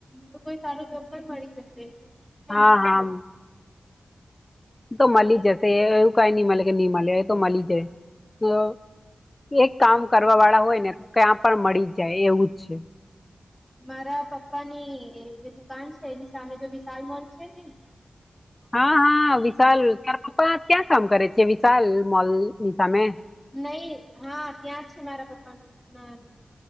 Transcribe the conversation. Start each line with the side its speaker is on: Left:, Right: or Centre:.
Centre: તો કોઈ સારું જોબ પણ મળી જશે
Left: હા
Centre: હેને
Left: હા તો મળી જશે કઈ ન મળે કે નહી મળે એ તો મળી જાય એક કામ કરવા વાળા હોય ને તો ક્યાં પણ મળી જાય એવું જ છે
Centre: મારા પપ્પા ની જે દુકાન છે એની સામે તો વિશાલ મોલ છે નને <unintelligible>
Left: હા હા વિશાલ તાર પપ્પા ક્યાં કામ કરે છે વિશાલ મોલ ની સામે
Centre: નહી હા ત્યાં જ છે મારા પપ્પાનું દ